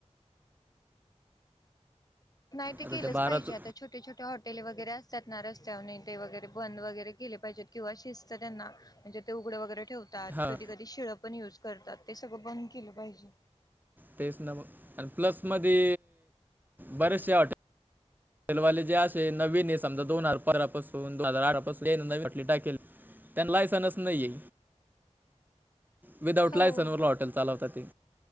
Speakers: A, on the left (about 35°); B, on the right (about 15°).
A: नाही, ते
B: आता
A: केलंच
B: त्या बारा
A: पाहिजे.
B: चु
A: आता छो टे छोटे हॉटेले वगैेरे असत्यात ना, रस्त्यावरनी ते वगैरे बंद वगैरे केले पाहिजेत, किंवा शिस्त त्यांना म्हणजे ते उघडं वगैरे ठेवतात.
B: हां
A: कधी कधी शिळं पण युज करतात. ते सगळं बंद केलं पाहिजे.
B: तेच ना मग. अनं प्लस मध्ये बरेचशे हॉटे ल वाले, जे असे नवीनने, समजा, दोन हजार <unintelligible> पासून, दोन हजार अठरा पासून तेन नवीन हॉटेली टाकेल त्यांना लायसन्स नाही हे.
A: <inaudible>
B: विदाउट
A: हो
B: लायसन वाल हॉटेल चालवत ते